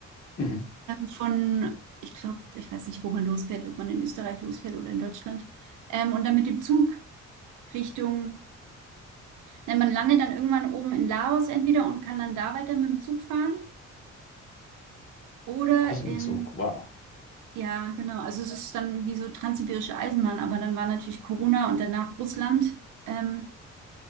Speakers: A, on the left; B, on the right.
A: Mhm.
B: von, ich glaube, ich weiß nicht, wo man losfährt, ob man in Österreich losfährt oder in Deutschland, ähm, und dann mit dem Zug Richtung Ne, man landet dann irgendwann oben in Laos entweder und kann dann da weiter mit dem Zug fahren oder
A: Alles im
B: ähm,
A: Zug. Wow.
B: ja, genau. Also es ist dann wie so transsibirische Eisenbahn, aber dann war natürlich Corona und danach Russland. Ähm,